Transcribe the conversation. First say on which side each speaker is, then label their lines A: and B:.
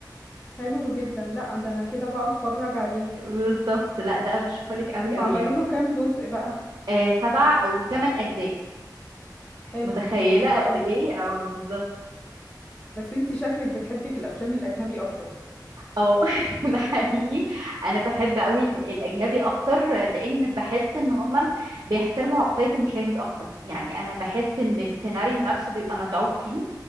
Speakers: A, on the left; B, on the right.
A: حلو جدا لا ده انا كده بقى اتفرج عليه
B: بالظبط لا ده ارشحهولك قوي
A: هم
B: قوي
A: عملوا
B: يعني
A: له كام جزء بقى
B: آه سبع او ثمان اجزاء
A: حلو
B: متخيله
A: حلو
B: قد
A: قوي
B: ايه
A: ده
B: اه بالظبط
A: بس انتي شكلك بتحبي الافلام الاجنبي اكتر
B: اه <laughs> ده حقيقي انا بحب قوي ال- الاجنبي اكتر لان بحس ان هم بيحترموا عقلية المشاهد اكتر يعني انا بحس ان السيناريو نفسه بيبقى متعوب فيه